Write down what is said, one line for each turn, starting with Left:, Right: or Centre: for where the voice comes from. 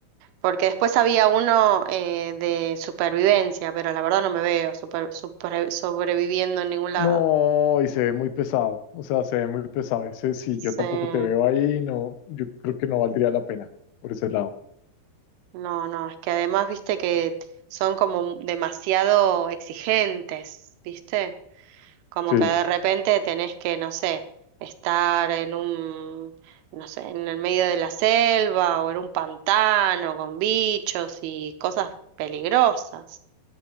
Right: Porque después había uno eh, de supervivencia, pero la verdad no me veo super- supre- sobreviviendo en ningún lado.
Left: No, y se ve muy pesado, o sea, se ve muy pesado. Ese, si
Right: Sí.
Left: yo tampoco
Right: Mm.
Left: te veo ahí, no, yo creo que no valdría la pena por ese lado.
Right: No, no, es que además, viste que son como demasiado exigentes, viste, como
Left: Sí.
Right: que de repente tenés que, no sé, estar en un, no sé, en el medio de la selva o en un pantano con bichos y cosas peligrosas.